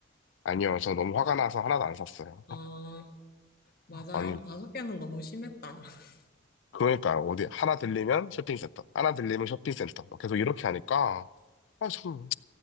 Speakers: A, on the left (about 70°); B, on the left (about 50°).
A: 아니요, 저 너무 화가 나서 하나도 안 샀어요.
B: 어, 맞아요.
A: 아니,
B: 다섯 개는 너무 심했다. <laughs>
A: 그러니까요. 어디, 하나 들리면 쇼핑센터, 하나 들리면 쇼핑센터. 막 계속 이렇게 하니까, 아, 참,